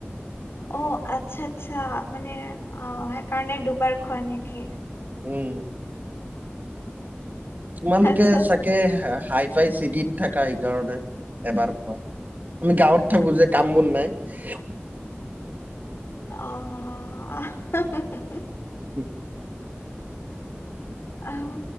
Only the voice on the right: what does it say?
উম তোমালোকে
চাগৈ হাই ভাই চিটিত থাকা সেইকাৰণে এবাৰ খোৱা আমি গাঁৱত থাকো যে কাম বোৰ নাই।
উম <unintelligible>